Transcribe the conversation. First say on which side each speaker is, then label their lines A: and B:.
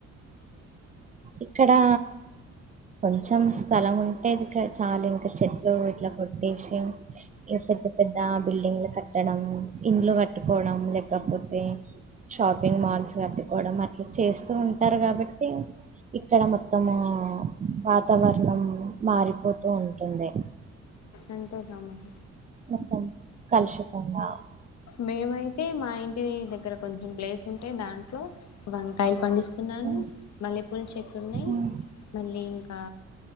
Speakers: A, on the right; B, on the left.
A: ఇక్కడా కొంచెం స్థలం ఉంటే ఇక్కడ చాలు ఇంకా చెట్లు ఇట్లా కొట్టేశి ఇగ పెద్ద పెద్ద బిల్డింగ్లు కట్టడం, ఇండ్లు కట్టుకోవడం లేకపోతే షాపింగ్ మాల్స్ కట్టుకోవడం అట్లా చేస్తూ ఉంటారు కాబట్టి ఇక్కడ మొత్తము వాతావరణం మారిపోతూ ఉంటుంది.
B: అంతేగా మరి.
A: మొత్తం కలుషితంగా
B: మేమయితే మా ఇంటి దగ్గర కొం చెం ప్లేస్ ఉంటే దాంట్లో వంకాయలు పండిస్తున్నాను,
A: ఉమ్,
B: మల్లెపూల చెట్లు ఉన్నయి.
A: ఉమ్,
B: మళ్ళీ ఇంకా